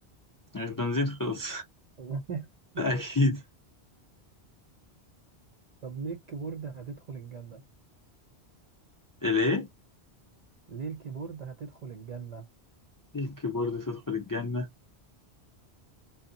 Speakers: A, on the left; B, on the right.
A: مش بنزين خلص
B: <laughs>
A: <laughs> ده أكيد
B: طب ليه الكيبورد هتدخل الجنة
A: الإيه؟
B: ليه الكيبورد هتدخل الجنة
A: الكيبورد تدخل الجنة